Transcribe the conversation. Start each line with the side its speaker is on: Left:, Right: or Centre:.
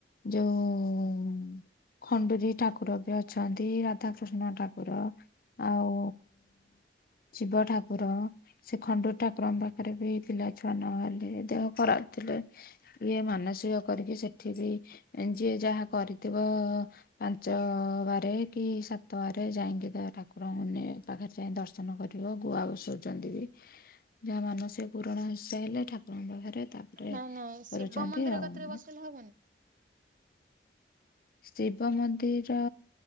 Left: ଯୋଉ ଉଁ, ଖଣ୍ଡୁରୀ ଠାକୁର ବି ଅଛନ୍ତି ରାଧାକୃଷ୍ଣ ଠାକୁର। ଆଉ ଶିବ ଠାକୁର। ଖଣ୍ଡୁ ଠାକୁରଙ୍କ ପାଖରେ ବି ପିଲା ଛୁଆ ନହେଲେ, ଦେହ ଖରାପ ଥିଲେ ଇଏ ମାନସିକ କରିକି ସେଠି ବି ଏଁ, ଯିଏ ଯାହା କରିଥିବ ପାଞ୍ଚ ବାରେ କି ସାତ ବାର ଯାଇକି ତା ଠାକୁରଙ୍କୁ ନେ ପାଖରେ ଯାଇ ଦର୍ଶନ କରିବ ଗୁଆ ବସଉଛନ୍ତି ବି। ଯାହା ମାନସିକ ପୁରଣ ହେଇ ସେ ହେଲେ ଠାକୁରଙ୍କ ଘରେ ତାପରେ
Right: ନାଇଁ
Left: କରୁଛନ୍ତି।
Right: ନାଇଁ ଶିବ ମନ୍ଦିର
Left: ଆଉ
Right: କତିରେ ବସିଲେ
Left: ଏ
Right: ହବନି?
Left: ଶିବ ମନ୍ଦିର